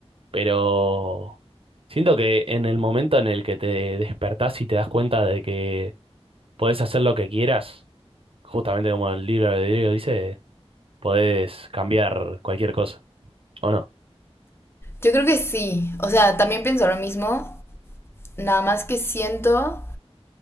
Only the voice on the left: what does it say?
Yo creo que sí. O sea, también pienso lo mismo. Nada más que siento